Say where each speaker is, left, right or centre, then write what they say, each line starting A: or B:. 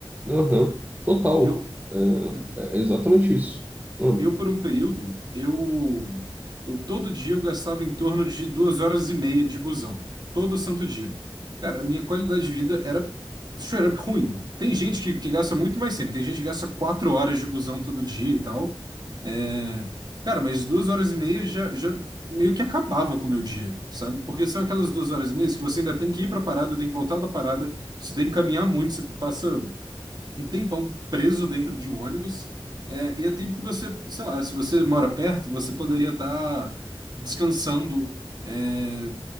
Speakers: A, on the right (about 20°); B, on the right (about 50°).
A: Aham, total.
B: Eu, é,
A: É, é exatamente isso. Hum,
B: eu por um período, eu, eu todo dia eu gastava em torno de duas horas e meia de busão, todo santo dia. Cara, a minha qualidade de vida era straight up ruim. Tem gente que, que gasta muito mais tempo, tem gente que gasta quatro horas de busão todo dia e tal. É, cara, mas duas horas e meia já, já meio que acabava com o meu dia, sabe? Porque são aquelas duas horas e meia que você ainda tem que ir pra parada, tem que voltar da parada, você tem que caminhar muito, você passa um tempão preso dentro de um ônibus. É, e é tempo que você, sei lá, se você mora perto, você poderia estar descansando, é,